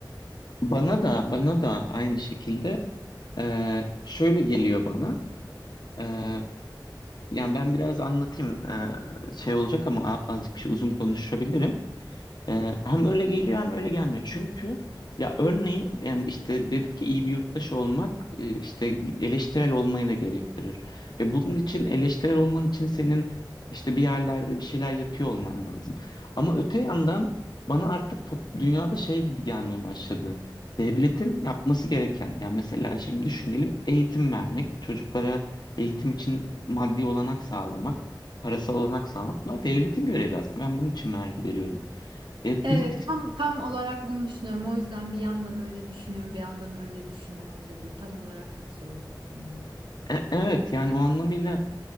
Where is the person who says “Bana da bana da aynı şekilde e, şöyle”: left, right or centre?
Left